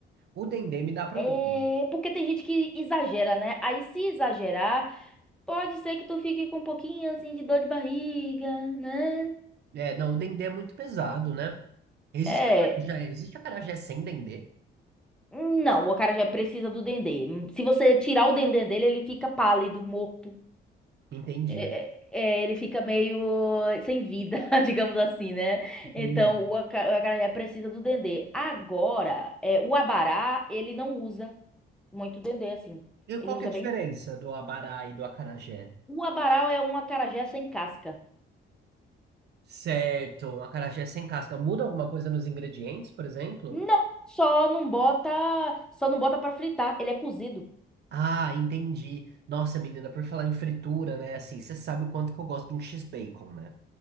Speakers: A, on the right; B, in the centre.
A: O dendê me dá problema.
B: É, porque tem gente que exagera, né? Aí se exagerar, pode ser que tu fique com um pouquinho assim de dor de barriga, né?
A: É, não, o dendê é muito pesado, né? Existe
B: É,
A: acarajé, existe acarajé sem dendê?
B: não, o acarajé precisa do dendê. Se você tirar o dendê dele, ele fica pálido, morto.
A: Entendi,
B: É, é, é, ele fica meio sem vida, <laughs> digamos assim, né?
A: entendi.
B: Então, o aca- o acarajé precisa do dendê. Agora, é, o abará, ele não usa muito dendê, assim.
A: E qual
B: Ele usa
A: que é a
B: bem
A: diferença
B: pouco.
A: do abará e do acarajé?
B: O abará é um acarajé sem casca.
A: Certo, um acarajé sem casca. Muda alguma coisa nos ingredientes, por exemplo?
B: Não, só não bota, só não bota para fritar. Ele é cozido.
A: Ah, entendi. Nossa, menina, por falar em fritura, né? Assim, você sabe o quanto que eu gosto de um X-bacon, né?